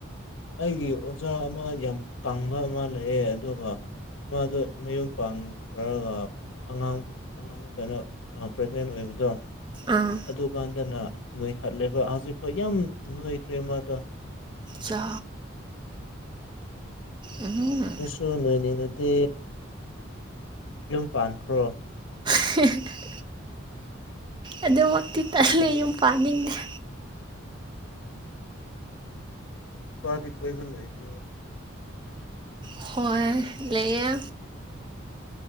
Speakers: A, on the left; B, on the right.
A: ꯑꯩꯒꯤ ꯑꯣꯖꯥ ꯑꯃ ꯌꯥꯝ ꯀꯪꯕ ꯑꯃ ꯂꯩꯌꯦ ꯑꯗꯨꯒ ꯃꯥꯗꯨ ꯃꯌꯨꯝ ꯄꯥꯟꯈ꯭ꯔꯒ ꯑꯉꯥꯡ ꯑꯉꯥꯡ ꯀꯩꯅꯣ ꯄ꯭ꯔꯦꯒꯅꯦꯟ ꯑꯣꯏꯕꯗꯣ
B: ꯑꯥ
A: ꯑꯗꯨꯀꯥꯟꯗꯅ ꯅꯣꯏꯈꯠꯂꯦꯕ ꯍꯧꯖꯤꯛꯐꯥꯎ ꯌꯥꯝ ꯅꯣꯏꯈ꯭ꯔꯦ ꯃꯥꯗꯣ
B: ꯆꯥ ꯑꯝ ꯍꯝ
A: ꯅꯣꯏꯁꯨ ꯅꯣꯏꯅꯤꯡꯉꯗꯤ ꯌꯨꯝ ꯄꯥꯟꯈ꯭ꯔꯣ
B: <unintelligible> ꯑꯗꯨꯃꯛꯇꯤ ꯇꯟꯂꯤ
A: ꯑꯗꯨ
B: ꯌꯨꯝ ꯄꯥꯟꯅꯤꯡꯗꯦ
A: ꯅꯨꯄꯥꯗꯤ ꯀꯣꯏꯕ ꯂꯩꯕ꯭ꯔꯣ
B: ꯍꯣꯏ ꯂꯩꯌꯦ